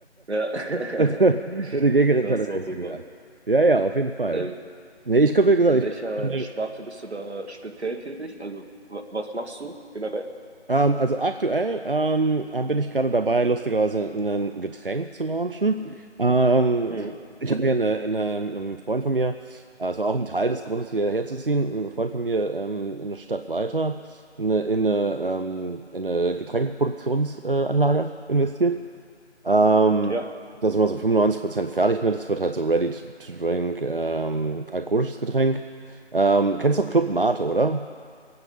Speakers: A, on the right; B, on the right.
A: Ja, <laughs>
B: Die Gegenteil
A: das ist
B: ist
A: doch super.
B: gegangen. Ja, ja, auf jeden Fall.
A: Ähm,
B: Nee, ich glaube, wie gesagt,
A: in
B: ich
A: welcher
B: bin,
A: Sparte bist du da speziell tätig? Also, wa- was machst du generell?
B: ähm, also aktuell ähm, bin ich gerade dabei, lustigerweise ein Getränk zu launchen. Ähm,
A: Mhm.
B: das- ich habe hier eine, eine, mit einem Freund von mir, äh, es war auch ein Teil des Grundes, hierher zu ziehen, mit einem Freund von mir ähm, eine Stadt weiter eine, in eine, ähm, in eine Getränkeproduktionsanlage äh, Anlage investiert. Ähm,
A: Ja,
B: da sind wir so 95% fertig mit. Es wird halt so ready to, to drink, ähm, alkoholisches Getränk. Ähm, kennst du Club Mate, oder?